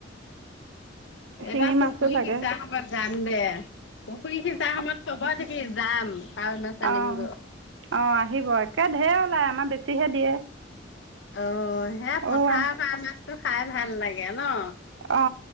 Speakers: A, on the right; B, on the left.
A: শিঙি
B: এইবাৰ পুখুৰী
A: মাছো লাগে
B: সিচা সময়ত যাম। ন <unintelligible> পুখুৰী সিচাৰ সময়ত খবৰ দিবি। যাম। কাৱৈ মাছ আনিমগৈ
A: অ-অ আহিব একে ঢেই ওলাই আমাৰ বেছি চিহে দিয়ে।
B: অ', এ
A: অ',
B: পথাৰ কাৰণে এইটো খাই ভাল লাগে ন?
A: অ